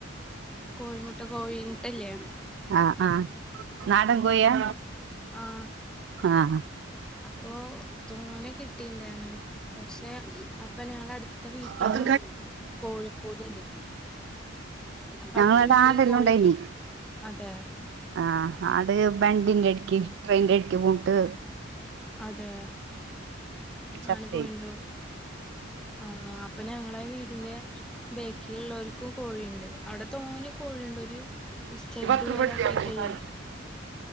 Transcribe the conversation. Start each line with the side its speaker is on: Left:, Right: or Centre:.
Centre: കോഴിമുട്ട കോഴീ മുട്ടല്ലേ
Right: ആഹ് ആഹ് നാടൻ കോഴിയാ
Centre: ആഹ്
Right: ആഹ്
Centre: അപ്പൊ തോനെ കിട്ടീണ്ടായിരുന്നു. പക്ഷെ അ പ്പ ഞാന അടുത്ത വീട്ടിലും
Right: ഉം
Centre: കോഴിക്കൂടുണ്ട്. അപ്പൊ
Right: ഞങ്ങളടെ
Centre: അടുത്ത വീട്ടിലെ
Right: ആടെല്ലാം
Centre: കോഴികള്
Right: ഉണ്ടായിനി
Centre: അതെ
Right: ആഹ് അട് ബണ്ടിന്റെ ഇട്ക്ക് ട്രെയിനിന്റെ ഇട്ക്ക് ബൂണിട്ട്
Centre: അതെ അങ്ങനെ
Right: ചത്തേ
Centre: പോയിണ്ടാവും. ആഹ് അപ്പൊ ഞങ്ങളെ വീടിന്റെ ബേക്കി ള്ളോര്ക്കും കോഴിണ്ട്. അവടെ തോനെ കോഴിണ്ട്. ഒരു സ്റ്റെഡ്
Right: പത്ത്
Centre: പോലെ
Right: റുപ്യ
Centre: ആക്കിട്ടേയ്
Right: കൊടുത്തിയാ